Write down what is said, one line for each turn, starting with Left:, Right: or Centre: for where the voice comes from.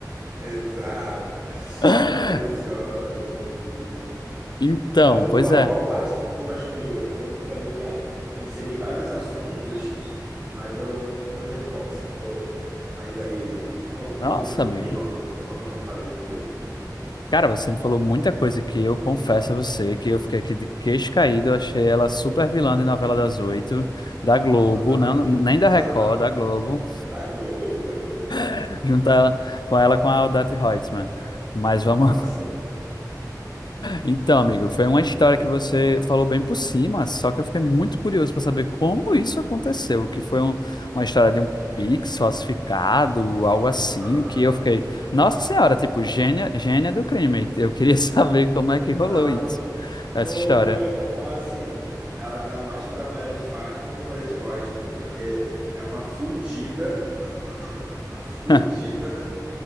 Right: Exato.
Left: <laughs>
Right: A preciosa da minha vida.
Left: Então,
Right: Mas o
Left: pois
Right: qual?
Left: é.
Right: Qual parte que você ficou mais curioso? Eu lembro que eu falei várias, pincelei vários assuntos, mas eu não lembro qual que você ficou. Mas aí, qual, qual
Left: Nossa,
Right: que eu aprofundei,
Left: amigo.
Right: qual que eu, qual que eu não falei muito.
Left: Cara, você me falou muita coisa que eu confesso a você que eu fiquei aqui de queixo caído. Eu Achei ela super vilã de novela das oito, da Globo,
Right: Total.
Left: não, nem da
Right: <laughs>
Left: Record,
Right: Total.
Left: da Globo,
Right: Da Globo, da Globo.
Left: <laughs> juntar ela, com ela com a Odete Roitman. Mas vamos
Right: Nossa.
Left: Então, amigo, foi uma história que você falou bem por cima, só que eu fiquei muito curioso para saber como isso aconteceu, que foi um- uma história de um Pix falsificado, algo assim,
Right: Aham.
Left: que eu fiquei, nossa senhora, tipo, gênia, gênia do crime. Eu queria <laughs> saber como é que
Right: Não,
Left: rolou isso, essa
Right: pô,
Left: história.
Right: pior é até falar assim, ela tá mais pra Maria de Fátima do que pra Leti Reutemann, porque é uma fudida, <laughs> uma fudida,
Left: <laughs>